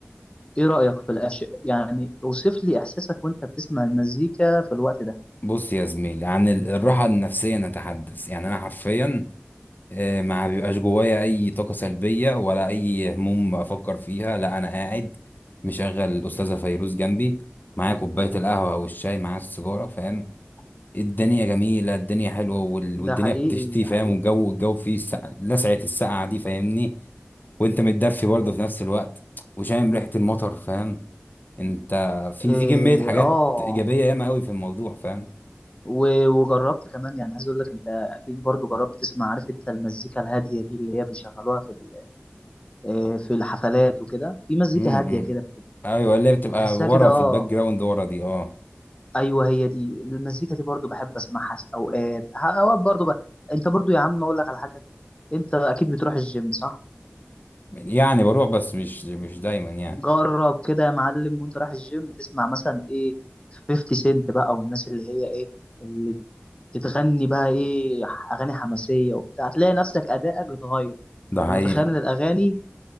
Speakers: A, on the left; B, on the left.
A: ايه رايك في الأش... يعني اوصف لي احساسك وانت بتسمع المزيكا في الوقت ده
B: بص يا زميلي عن ال- الراحه النفسيه نتحدث يعني انا حرفيا آه، ما بيبقاش جوايا اي طاقه سلبيه ولا اي هموم بفكر فيها لا انا قاعد مشغل الاستاذه فيروز جنبي معايا كوبايه القهوه والشاي معايا السيجاره فاهم الدنيا جميله الدنيا حلوه وال-
A: ده
B: والدنيا
A: حقيقي
B: بتشتي
A: ده
B: فاهم
A: حقيقي
B: والجو الجو فيه السقع لسعه السقعه دي فاهمني وانت متدفي برضه في نفس الوقت وشامم ريحه المطر فاهم انت في
A: إيه،
B: في كميه حاجات
A: اه
B: ايجابيه ياما قوي في الموضوع فاهم
A: و- وجربت كمان يعني عايز اقول لك انت اكيد برضو جربت تسمع عارف انت المزيكا الهاديه دي اللي هي بيشغلوها في ال- آه، في الحفلات وكده في مزيكا
B: امم
A: هاديه كده بت-
B: ايوه اللي هي بتبقى
A: تحسها
B: ورا
A: كده اه
B: في الباك جراوند ورا دي اه
A: ايوه هي دي المزيكا دي برضو بحب اسمعها س- اوقات ه- اوقات برضو ب... انت برضو يا عم اقول لك على حاجه انت اكيد بتروح الجيم صح
B: يعني بروح بس مش مش دايما يعني
A: جرب كده يا معلم وانت رايح الجيم تسمع مثلا ايه 50 سنت بقى والناس اللي هي ايه اللي بتغني بقى ايه اغاني حماسيه وبتاع هتلاقي نفسك ادائك اتغير
B: ده حقيقة
A: انت متخيل ان الاغاني